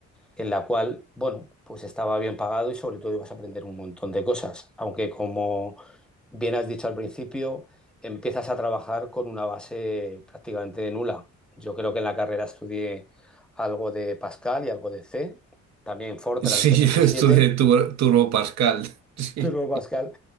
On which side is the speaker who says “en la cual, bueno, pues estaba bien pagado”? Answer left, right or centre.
Centre